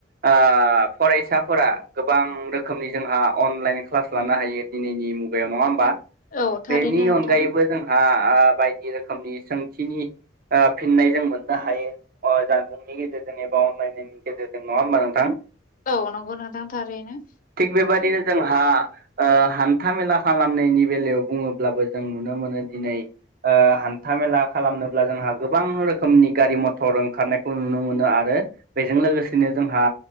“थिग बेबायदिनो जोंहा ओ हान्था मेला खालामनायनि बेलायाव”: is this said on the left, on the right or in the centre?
Right